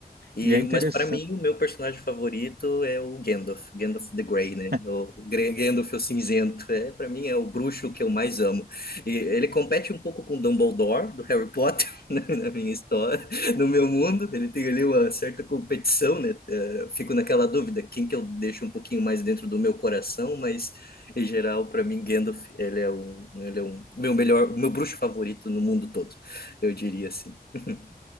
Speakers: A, on the left; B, on the right.
A: E,
B: e é interessante,
A: mas para mim, o meu personagem favorito é o Gandalf, Gandalf the Grey,
B: <laughs>
A: né? O Gre- Gandalf o cinzento, é, para mim é o bruxo que eu mais amo. E ele compete um pouco com Dumbledore do Harry Potter <laughs> né, na minha história, no meu mundo, ele tem ali uma certa competição, né? Eh, Fico naquela dúvida, quem que eu deixo um pouquinho mais dentro do meu coração, mas em geral, para mim, Gandalf, ele é o, ele é o meu melhor, o meu bruxo favorito no mundo todo, eu diria assim. <laughs>